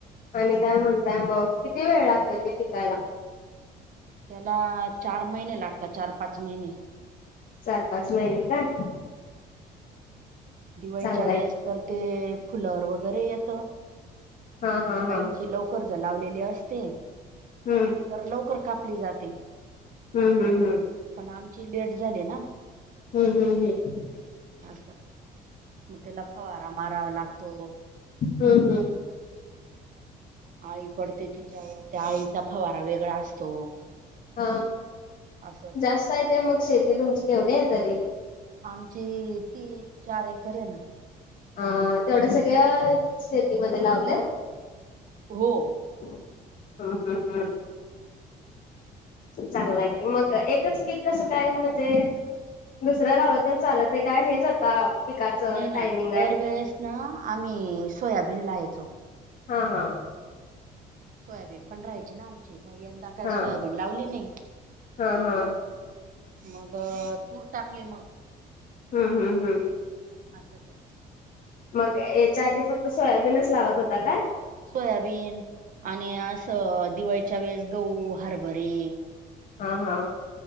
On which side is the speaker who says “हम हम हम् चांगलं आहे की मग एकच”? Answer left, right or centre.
Left